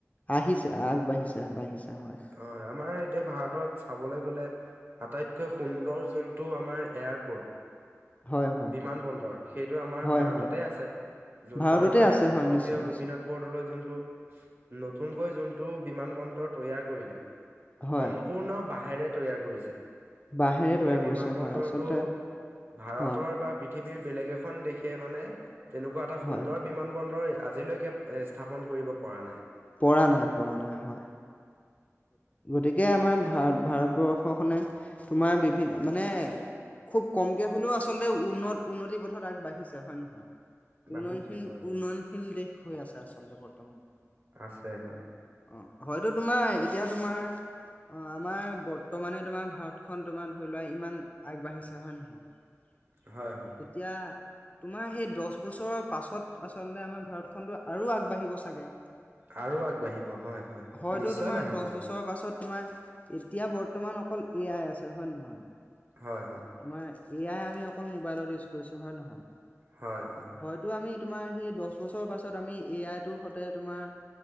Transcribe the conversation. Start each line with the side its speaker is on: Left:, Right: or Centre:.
Left: আহিছে আগবাঢ়িছে বাঢ়িছে হয়।
Right: হয় আমাৰ এতিয়া ভাৰতত চাবলৈ গ'লে আটাইত কৈ সুন্দৰ যোনটো আমাৰ এয়াৰপৰ্ট
Left: হয় হয়
Right: বিমান বন্দৰ সেইটো আমাৰ
Left: হয়
Right: ভাৰততে
Left: হয়
Right: আছে যোনটো
Left: ভাৰততে
Right: আমাৰ
Left: আছে হয়
Right: লোকপ্ৰিয়
Left: নিশ্চয় নিশ্চয়
Right: গোপীনাথ বৰদলৈ যোনটো নতুনকৈ যোনটো বিমান বন্দৰ তৈয়াৰ কৰিলে সম
Left: হয়।
Right: সম্পূৰ্ণ বাঁহেৰে তৈয়াৰ কৰিছে।
Left: বাঁহেৰে তৈয়াৰ
Right: সেই বিমান
Left: কৰিছে
Right: বন্দৰটো
Left: হয় আচলতে
Right: ভাৰতৰ
Left: অ
Right: বা পৃথিৱীৰ বেলেগ এখন দেশে মানে তেনেকুৱা এটা
Left: হয়
Right: সুন্দৰ বিমান বন্দৰ আজিলৈকে এ স্থাপন কৰিব পৰা নাই।
Left: পৰা নাই, পৰা নাই, হয়। গতিকে আমাৰ ভাৰত ভাৰতবৰ্ষখনে, তোমাৰ বিভিন্ন মানে খুব কমকে হ'লেও আচলতে উন্নত উন্নতি, পথত আগবাঢ়িছে হয়নে নহয়। উন্নয়নশীল,
Right: বাঢ়িছে হয়
Left: উন্নয়নশীল
Right: হয়।
Left: দেশ হৈ আছে আচলতে বৰ্তমান
Right: আছে হয়
Left: অ, হয়তো তোমাৰ, এতিয়া তোমাৰ অ, আমাৰ বৰ্তমানে তোমাৰ ভাৰতখন তোমাৰ ধৰি লোৱা, ইমান আগবাঢ়িছে হয়নে <unintelligible>
Right: হয়, হয়।
Left: এতিয়া তোমাৰ সেই দহ বছৰৰ পাছত আচলতে, আমাৰ ভাৰতখনটো আৰু আগবাঢ়িব চাগে।
Right: আৰু আগবাঢ়িব হয়, হয়,
Left: হয়তো
Right: নিশ্চয়
Left: তোমাৰ
Right: বাঢ়িব।
Left: দহ বছৰৰ পাছত তোমাৰ, এতিয়া বৰ্তমান অকল এ, আই, আছে হয় নে নহয়?
Right: হয়, হয়।
Left: তোমাৰ এ, আই, আমি অকল মোবাইলত ইউজ কৰিছো হয়নে, নহয়?
Right: হয়, হয়।
Left: হয়তো আমি তোমাৰ সেই দহ বছৰৰ পাছত আমি এ, আই, টোৰ সতে তোমাৰ